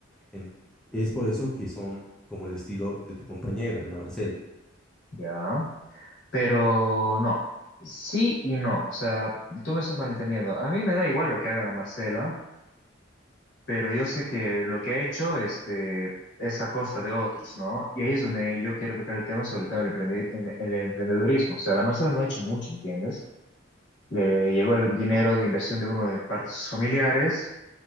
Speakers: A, in the centre; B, on the left (about 65°).
A: En- es por eso que son como el estilo de tu compañera, la Marcela.
B: Ya. Pero no. Sí y no. O sea, tú me estás malentendiendo. A mí me da igual lo que haga la Marcela. pero yo sé que lo que ha hecho este, es a costa de otros, ¿no? Y ahí es donde yo quiero tocar el tema sobre el tema del emprendi- el- el emprendedurismo. O sea, la Marcela no ha hecho mucho, ¿entiendes? Le llegó el dinero de inversión de uno de parte de sus familiares,